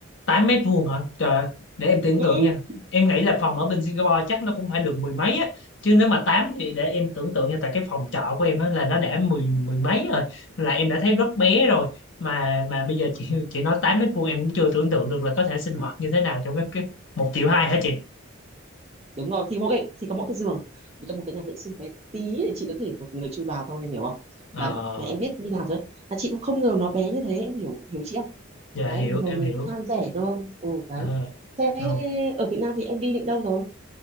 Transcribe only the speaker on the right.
Ừ,
đúng rồi thì mỗi cái thì có mỗi cái giường với cả một cái nhà vệ sinh bé tí để chị có thể một người chui vào thôi em hiểu không
đấy là em biết như nào rồi đấy mà chị cũng không ngờ nó bé như thế em hiểu hiểu chị không
đấy
thì hồi
mình
cũng tham rẻ cơ ừ đấy
thế
ở Việt Nam thì em đi định đâu rồi